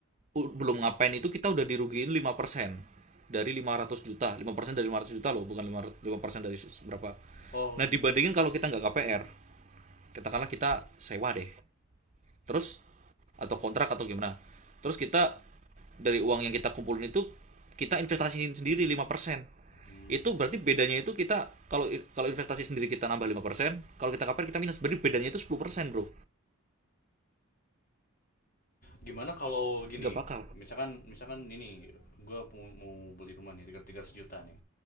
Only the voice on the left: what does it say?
oh
iya
ya
Hmm.
gimana kalau gini
misalkan misalkan ini gue mau, beli rumah nih 300 juta nih